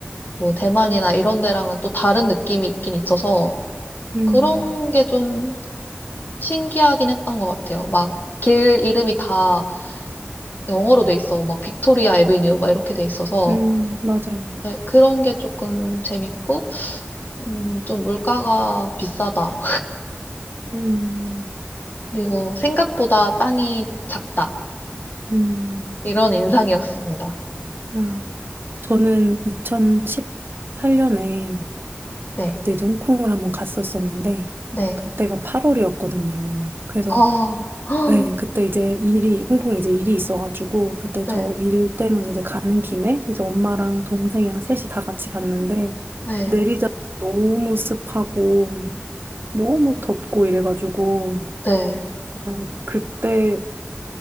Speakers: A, on the left (about 50°); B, on the right (about 55°).
A: 뭐 대만이나 이런 데랑은 또 다른 느낌이 있긴 있어서
B: 음,
A: 그런 게 좀 신기하긴 했던 것 같아요. 막 길 이름이 다 영어로 돼 있어. 막 빅토리아 애비뉴 막 이렇게 돼 있어서
B: 음, 맞아요.
A: 네, 그런 게 조금 재밌고, 음, 좀 물가가 비싸다.
B: 음.
A: 그리고 생각보다 땅이 작다.
B: 음,
A: 이런 인상이었습니다.
B: 아, 저는 2018년에
A: 네,
B: 그때 이제 홍콩을 한번 갔었었는데
A: 네.
B: 그때가 8월이었거든요. 그래서
A: 아, 헉,
B: 네, 그때 이제 일이 홍콩에 이제 일이 있어가지고 그때
A: 네,
B: 저 일 때문에 이제 가는 김에 이제 엄마랑 동생이랑 셋이 다 같이 갔는데
A: 네,
B: 내리자마자 너무 습하고 너무 덥고 이래가지고
A: 네.
B: 그냥 그때